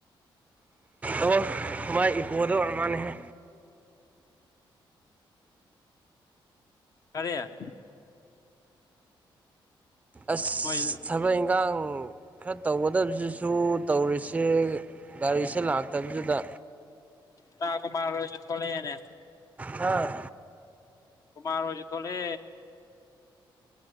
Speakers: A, on the right (about 15°); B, on the left (about 40°).
A: ꯑꯃꯥꯏ ꯏꯕꯨꯗ ꯑꯔꯃꯅꯦꯍ
B: ꯀꯔꯦ
A: ꯑꯁ
B: ꯃꯣꯏ
A: ꯊꯕꯛ ꯏꯪꯒꯥꯡ ꯈꯔ ꯇꯧꯒꯗꯕꯁꯤꯁꯨ ꯇꯧꯔꯤꯁꯦ ꯒꯥꯔꯤꯁꯦ ꯂꯥꯛꯇꯕꯁꯤꯗ
B: ꯇꯥ ꯀꯨ ꯃꯥꯔꯣꯏꯁ ꯊꯣꯛꯂꯅꯦ
A: ꯍ
B: ꯀꯨꯃꯥ ꯑꯣꯏꯖꯤ ꯊꯂꯦ